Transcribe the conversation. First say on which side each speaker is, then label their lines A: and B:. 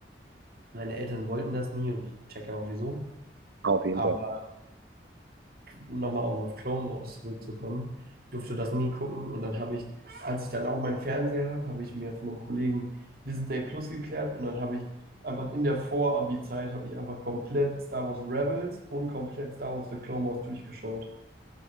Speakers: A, on the right (about 55°); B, on the right (about 85°).
A: meine Eltern wollten das nie und ich checke auch wieso.
B: Auf jeden
A: Aber
B: Fall.
A: nochmal um auf Clone Wars zurückzukommen, ich durfte das nie gucken und dann habe ich, als ich dann auch meinen Fernseher habe, habe ich mir von einem Kollegen Disney Plus geklärt und dann habe ich einfach in der Vor-Abi-Zeit habe ich einfach komplett Star Wars Rebels und komplett Star Wars The Clone Wars durchgeschaut.